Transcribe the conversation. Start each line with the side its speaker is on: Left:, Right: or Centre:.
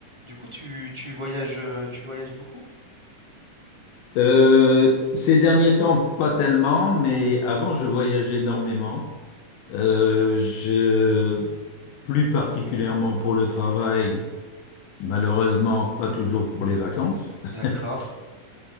Right: Du coup, tu, tu voyages, euh, tu voyages beaucoup?
Left: Euh, ces derniers temps, pas tellement, mais avant, je voyageais énormément. Euh, je, plus particulièrement pour le travail, malheureusement, pas toujours pour les vacances.
Right: D'accord.
Left: <laughs>